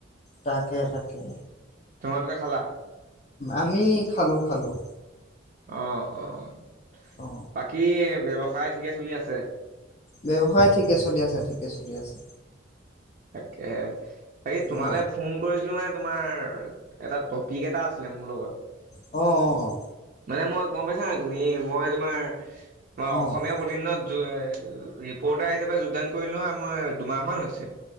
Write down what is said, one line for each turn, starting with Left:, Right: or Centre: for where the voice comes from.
Left: তাকে, তাকে।
Right: তোমালোকে খালা?
Left: আমি খালোঁ, খালোঁ।
Right: অ', অ',
Left: অ
Right: বাকী ব্যৱসায় ঠিকে চলি আছে?
Left: ব্যৱসায় ঠিকে চলি আছে, ঠিকে চলি আছে।
Right: তাকেহে, বাকি তোমালে
Left: অ
Right: ফোন কৰিছিলোঁ মানে তোমাৰ এটা টপিক এটা আছিলে মোৰ লগত।
Left: অ', অ', অ'।
Right: মানে মই গম পাইছা নাই তুমি এই, মই তোমাৰ তোমাৰ অসমীয়া
Left: অ অ
Right: প্ৰতি দিনত যো এ, ৰিপৰ্টাৰ হিচাপে যোগদান কৰিলোঁ নহয় মই দুমাহ মান হৈছে।